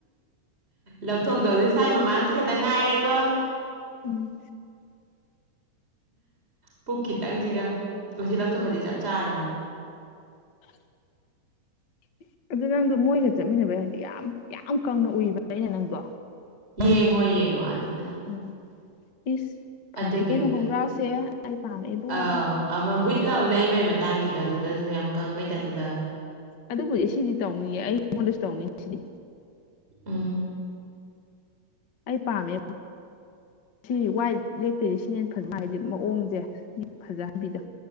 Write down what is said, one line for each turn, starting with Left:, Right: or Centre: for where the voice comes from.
Right: ꯂꯧꯊꯣꯛꯇꯧꯗꯤ ꯁꯨꯋꯥꯏ ꯃꯃꯥꯡꯁꯦ ꯈꯛꯇ ꯉꯥꯏꯔꯦꯀꯣ
Left: ꯎꯝ
Right: ꯄꯨꯛ ꯈꯤꯇꯪꯁꯤꯒ ꯑꯁꯤ ꯂꯧꯊꯣꯛꯈꯔꯗꯤ ꯆꯞ ꯆꯥꯔꯗꯧꯅꯤ
Left: <inaudible> ꯑꯗꯨ ꯅꯪꯗꯣ ꯃꯣꯏꯒ ꯆꯠꯃꯤꯟꯅꯕꯩ ꯍꯥꯏꯔꯗꯤ ꯌꯥꯝ ꯌꯥꯝ ꯀꯪꯅ ꯎꯏꯕ ꯑꯩꯅ ꯅꯪꯗꯣ
Right: ꯌꯦꯡꯉꯣ ꯌꯦꯡꯉꯣ ꯑꯗꯨꯗ
Left: ꯎꯝ ꯏꯁ ꯐꯖꯩ
Right: ꯑꯗꯨꯒꯤꯗꯨꯗ
Left: ꯀꯩꯅꯣ ꯈꯣꯡꯒ꯭ꯔꯥꯎꯁꯦ ꯑꯩ ꯄꯥꯝꯃꯛꯑꯦꯕꯣ
Right: ꯑꯥꯎ
Left: ꯃꯊꯪ
Right: <inaudible> ꯂꯩꯕꯩ ꯃꯇꯥꯡꯒꯤꯗꯣ ꯑꯗꯨꯗꯁꯨ ꯌꯥꯝ ꯀꯪꯕꯩ ꯇꯥꯏꯄꯇꯥ ꯇꯧꯏ
Left: ꯑꯗꯨꯕꯨꯗꯤ ꯁꯤꯗꯤ ꯇꯧꯅꯤꯡꯌꯦ ꯑꯩꯉꯣꯟꯗꯁꯨ ꯇꯧꯅꯤ ꯁꯤꯗꯤ
Right: ꯎꯝ
Left: ꯑꯩ ꯄꯥꯝꯃꯦ ꯁꯤ ꯋꯥꯏꯠ ꯂꯦꯛꯇꯣꯏꯗꯤ ꯁꯤꯅꯦꯅ ꯐꯖꯅ ꯍꯥꯏꯗꯤ ꯑꯣꯡꯁꯦ ꯐꯖꯍꯟꯕꯤꯗꯣ